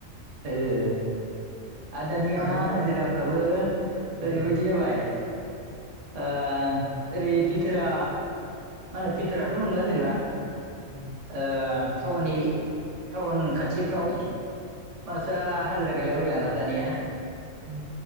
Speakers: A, on the right (about 60°); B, on the right (about 85°).
A: ओ आर दानिया
B: थामजौ
A: हाजिराफ्राबो
B: गाहाम
A: ओरैबायदि
B: उम
A: जाबाय ओ ओरै फिथारा माने फिथराथ नंला जेनेबा?
B: उम
A: ओ टाउननि टाउन खाथिफ्राव आसा हाजिरा गायला बायला ना दानिया
B: औ